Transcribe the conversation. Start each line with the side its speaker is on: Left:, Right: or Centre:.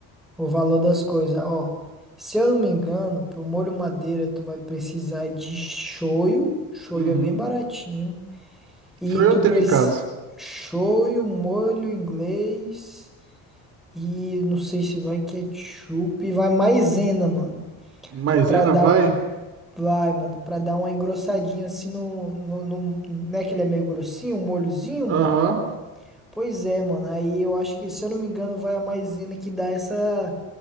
Centre: o valor das coisas. Ó, se eu não me engano, pro molho madeira tu vai precisar de shoyu. Shoyu
Right: Uhum.
Centre: é bem baratinho. E
Right: Só eu
Centre: tu
Right: tenho
Centre: precisa.
Right: em casa.
Centre: Shoyu, molho inglês. E não sei se vai ketchup. E vai maisena, mano.
Right: Maisena
Centre: Pra dar
Right: vai?
Centre: um. Vai, mano, pra dar uma engrossadinha assim no, no, no. Não é que ele é meio grossinho, um molhozinho,
Right: Aham.
Centre: mano? Pois é, mano. Aí eu acho que, se eu não me engano, vai a maisena que dá essa